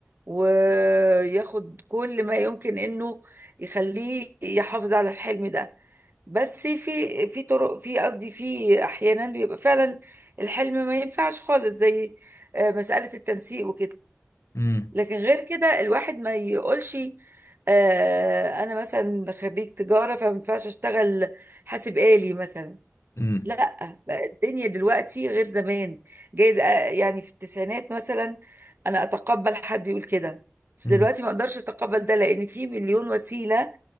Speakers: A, on the right (about 50°); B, on the left (about 80°).
A: وياخد كل ما يمكن انه يخليه يحافظ على الحلم ده بس في في طرق في قصدي في احيانا بيبقى فعلا الحلم ما ينفعش خالص زي آه، مساله التنسيق وكده
B: امم
A: لكن غير كده الواحد ما يقولش آه، انا مثلا خريج تجاره فما ينفعش اشتغل حاسب آلي مثلا
B: امم
A: لا بقى الدنيا دلوقتي غير زمان جايز آه، يعني في التسعينات مثلا انا اتقبل حد يقول كده بس
B: أمم.
A: دلوقتي ما اقدرش اتقبل ده لان في مليون وسيله